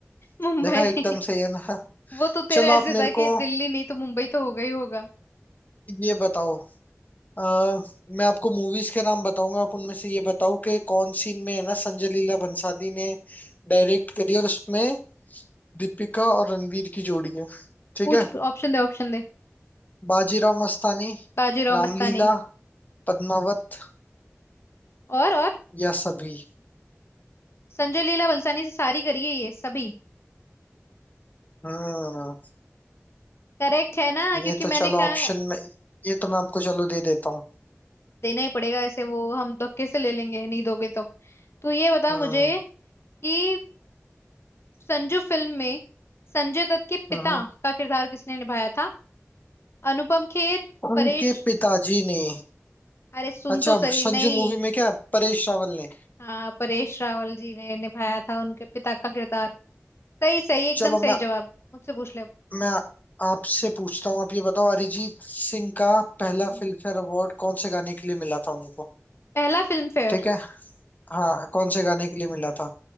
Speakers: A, on the left; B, on the left.
A: मुंबई
B: देखा एकदम सही है ना
A: वो तो तेरा
B: चलो
A: ऐसे
B: आप मेरे
A: था कि
B: को
A: दिल्ली नहीं तो मुंबई तो होगा ही होगा
B: ये बताओ अ, मैं आपको मूवीज के नाम बताऊंगा आप उनमें से ये बताओ कि कौन सी में है ना संजय लीला भंसाली ने डायरेक्ट करी और उसमें दीपिका और रणवीर की जोड़ी है ठीक
A: पूछ
B: है
A: ऑप्शन दे ऑप्शन दे
B: बाजीराव मस्तानी
A: बाजीराव
B: रामलीला
A: मस्तानी
B: पद्मावत
A: और और
B: या सभी
A: संजय लीला बलसानी से सारी करिए ये सभी
B: हम्म
A: करेक्ट है ना क्योंकि
B: ये तो
A: मैंने
B: चलो
A: कहा
B: ऑप्शन
A: है,
B: में ये तो मैं आपको चलो दे देता हूँ
A: देना ही पड़ेगा ऐसे वो हम धक्के से ले लेंगे नहीं दोगे तो तू ये बता
B: हम्म
A: मुझे कि संजू फिल्म में संजय दत्त के पिता
B: हम्म। हम्म।
A: का किरदार किसने निभाया था अनुपम खेर
B: उनके
A: परेश
B: पिताजी ने
A: अरे सुन
B: अच्छा
A: तो सही
B: संजू
A: नहीं
B: मूवी में क्या परेश रावल ने
A: हाँ परेश रावल जी ने निभाया था उनके पिता का किरदार सही सही एकदम
B: चलो
A: सही
B: मैं
A: जवाब मुझसे पूछ ले अब।
B: मैं आपसे पूछता हूँ आप ये बताओ अरिजीत सिंह का पहला
A: हम्म।
B: फिल्मफेयर अवार्ड कौन से गाने के लिए मिला था उनको
A: पहला फिल्म फेयर
B: ठीक है हाँ कौन से गाने के लिए मिला था